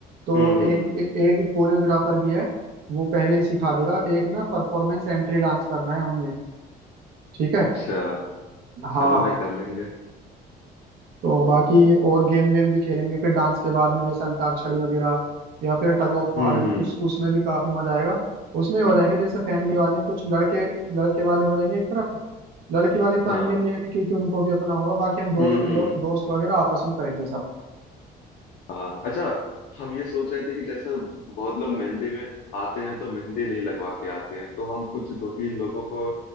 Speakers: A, on the right (about 70°); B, on the left (about 65°).
A: तो
B: हम्म हम्म
A: एक
B: हम्म।
A: ए, एक कोरियोग्राफर भी है वो पहले ही सिखा देगा एक ना परफॉर्मेंस एंट्री डांस करना है हमने ठीक है
B: अच्छा
A: हाँ
B: चलो भाई कर लेंगे
A: तो बाकी और गेम वेम भी खेलेंगे फिर डांस के बाद में जैसे अंताक्षरी वगैरह या फिर टग ऑफ वार
B: हम्म
A: उस
B: हम्म
A: उसमें भी काफी मजा आएगा उसमें हो जाएंगे जैसे फैमिली वाले कुछ लड़के लड़के वाले हो जाएंगे एक तरफ लड़की वाले तो
B: हाँ
A: आएंगे नहीं अभी क्योंकि उनको भी अपना होगा बाकी हम दोस्त
B: हम्म
A: वो-
B: हम्म
A: दोस्त वगैरह आपस में करेंगे सब
B: हाँ अच्छा हम ये सोच रहे थे कि जैसे बहुत लोग मेहंदी में आते हैं तो मेहंदी नहीं लगवा के आते हैं तो हम कुछ दो तीन लोगों को